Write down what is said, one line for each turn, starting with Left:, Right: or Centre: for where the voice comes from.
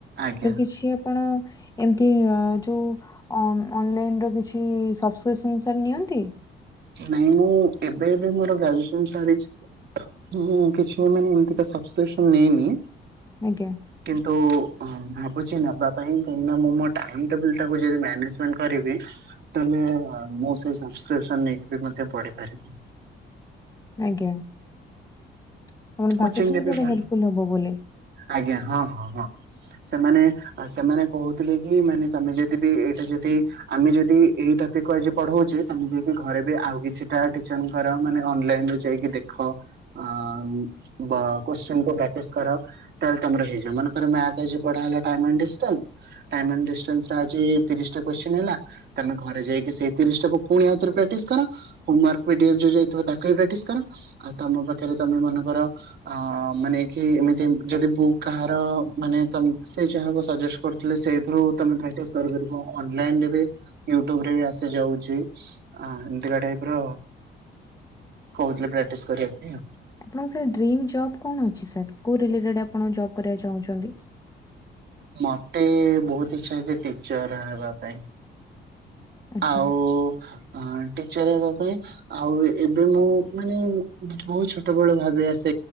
Right: ଆଜ୍ଞା
Left: ସାର୍ କିଛି ଆପଣ ଏମତି ଯୋଉ ଅନଲାଇନ ର କିଛି ସବସେସନ୍ ସାର୍ ନିଅନ୍ତି?
Right: ନାଇଁ ମୁଁ ଏବେ ଏବେ ମୋର ଗ୍ରାଜୁଏସନ୍ ସରିଚି। ହଁ କିଛି ମାନେ ମୁଁ ଏମିତିକା ସବସେସନ୍ ନେଇନି।
Left: ଆଜ୍ଞା
Right: କିନ୍ତୁ ହଁ ଭାବୁଚି ନବା ପାଇଁ କାହିଁକି ନା ମୁଁ ମୋ ଟାଇମ୍ ଟେବୁଲ ଟାକୁ ଯଦି ମାନେଜମେଣ୍ଟ କରିବି ତାହେଲେ <unintelligible> ମୁଁ ସେଇ ସବକ୍ରିପସନ ନେଇକି ମଧ୍ୟ ପଢିପାରିବି।
Left: ଆଜ୍ଞା ଆପଣ
Right: କୋଚିଂ
Left: ଭାବୁଚନ୍ତି
Right: ରେ ବି
Left: ସେଟା
Right: ଭଲ
Left: ହେଲ୍ପ ଫୁଲ ହବ ବୋଲି।
Right: ଆଜ୍ଞା ହଁ, ହଁ, ହଁ। ସେମାନେ ସେମାନେ କୋହୁଥିଲେ କି ମାନେ ତମେ ଯଦି ବି ଏଇଟା ଯଦି ଆମେ ଯଦି ଏଇଟା କହିଯେ ପଢୋଉଚି। ତମକୁ ଯଦି ଘରେ ବି ଆଉ କିଛିଟା ଟିଚରଙ୍କର ମାନେ ଅନଲାଇନରୁ ଯାଇକି ଦେଖ ଅଂ କୋଶ୍ଚିନକୁ ପ୍ରାଟିସ୍ କର ତାହାଲେ ତୁମର ହେଇଯିବ। ମନେକର ମ୍ୟାଥ ଆଜି ପଢା ହେଲା ଡାଇ ମେଣ୍ଡିସର <unintelligible> ଆଜି ତିରିଶି ଟା କୋଶ୍ଚିନ ହେଲା, ତମେ ଘରେ ଯାଇକି ସେଇ ତିରିଶିଟାକୁ ପୁଣି ଆଉଥରେ ପ୍ରାଟିସ୍ କର। ହୋମ ୱାର୍କ ପିଡିଏଫ ଯୋଉ ଯାଇଥିବ ତାକୁ ବି ପ୍ରାଟିସ୍ କର ଆଉ ତମ ପାଖରେ ତମେ ମ ଧର ମାନେ କି ଏମିତି ଯଦି ବୁକ୍ କାହାର ମାନେ ତମେ ସେ ଯାହା ସଜ ସେଇଥିରୁ ତମେ ପ୍ରାଟିସ୍ କରିପାରିବ ଯଦି ଅନ୍‌ଲାଇନ୍ ରେ ୟୁଟୁବ ରେ ବି ଆସିଯାଉଚି। ହଁ ଏମତିକା ଟାଇପର କୋହୁଥିଲେ ପ୍ରାକ୍ଟିସ କରିବା ପାଇଁ।
Left: ଆପଣଙ୍କ ସାର୍ ଡ୍ରିମ୍ ଜବ୍ କଣ ଅଛି ସାର୍ କୋଉ ରିଲେଟେଡ ଆପଣ ଜବ କରିବାକୁ ଚାହୁଁଚନ୍ତି?
Right: ମତେ ବୋହୁତ ଇଚ୍ଛାଜେ ଟିଚର ହେବା ପାଇଁ।
Left: ଆଚ୍ଛା
Right: ଆଉ ଆଁ ଟିଚର ହେବା ପାଇଁ ଆଉ ଏବେ ମୁଁ ମାନେ ବୋହୁତ ଛୋଟ ବେଳୁ ଭାବି ଆସେ।